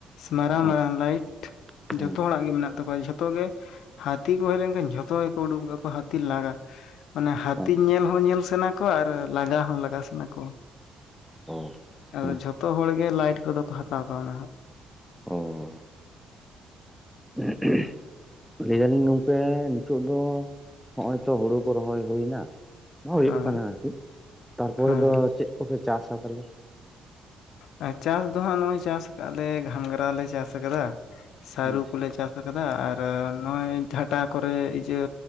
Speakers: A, on the left; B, in the centre.
A: ᱢᱟᱨᱟᱝ ᱢᱟᱨᱟᱝ
B: ᱟᱪᱪᱷᱟ
A: ᱞᱟᱭᱤᱴ
B: ᱦᱩᱸ
A: ᱡᱚᱛᱚ ᱦᱚᱲᱟᱜ ᱜᱮ ᱢᱮᱱᱟᱜ ᱛᱟᱠᱚᱣᱟ ᱡᱷᱚᱛᱚ ᱜᱮ ᱦᱟᱹᱛᱤ ᱠᱚ ᱦᱮᱡ ᱞᱮᱱᱠᱷᱟᱱ ᱡᱷᱚᱛᱚ ᱜᱮᱠᱚ ᱩᱰᱩᱠᱚᱜ ᱜᱟᱫᱚ-ᱟᱠᱚ ᱦᱟᱹᱛᱤ ᱞᱟᱜᱟ᱾ ᱢᱟᱱᱮ ᱦᱟᱹᱛᱤ
B: ᱟᱪᱪᱷᱟ
A: ᱧᱮᱞ ᱦᱚᱸ ᱧᱮᱞ ᱥᱟᱱᱟ ᱠᱚᱣᱟ ᱟᱨ ᱞᱟᱜᱟ ᱦᱚᱸ ᱞᱟᱜᱟ ᱥᱟᱱᱟ ᱠᱚᱣᱟ᱾
B: ᱚ
A: ᱟᱫᱚ
B: ᱦᱩᱸ
A: ᱡᱷᱚᱛᱚ ᱦᱚᱲ ᱜᱮ ᱞᱟᱭᱤᱴ ᱠᱚᱫᱚ ᱠᱚ ᱦᱟᱛᱟᱣ ᱠᱟᱣᱱᱟ ᱦᱟᱸᱜ᱾ <inaudible>
B: ᱚ <inaudible> ᱞᱟᱹᱭ ᱫᱟᱞᱤᱧ ᱜᱚᱝᱠᱮ ᱱᱤᱛᱳᱜ ᱫᱚ ᱦᱚᱜ-ᱚᱭ ᱛᱚ ᱦᱳᱲᱩ ᱠᱚ ᱨᱚᱦᱚᱭ ᱦᱩᱭ ᱮᱱᱟ᱾ ᱢᱟ ᱦᱩᱭᱩᱜ
A: ᱦᱮᱸ
B: ᱠᱟᱱᱟ ᱟᱨᱠᱤ᱾ ᱛᱟᱨᱯᱚᱨᱮ
A: ᱦᱮᱸ
B: ᱫᱚ ᱪᱮᱫ ᱠᱚᱯᱮ ᱪᱟᱥᱟ ᱛᱟᱞᱦᱮ?
A: ᱟ ᱪᱟᱥ ᱫᱚ ᱦᱟᱸᱜ ᱱᱚᱜ-ᱚᱭ ᱪᱟᱥ ᱠᱟᱜ-ᱟ ᱞᱮ ᱜᱷᱟᱸᱜᱽᱨᱟ ᱞᱮ ᱪᱟᱥ ᱠᱟᱫᱟ, ᱥᱟᱹᱨᱩ
B: ᱦᱩᱸ
A: ᱠᱚᱞᱮ ᱪᱟᱥ ᱠᱟᱫᱟ ᱟᱨ ᱱᱚᱜ-ᱚᱭ ᱡᱷᱟᱴᱟ ᱠᱚᱨᱮ ᱤᱭᱟᱹ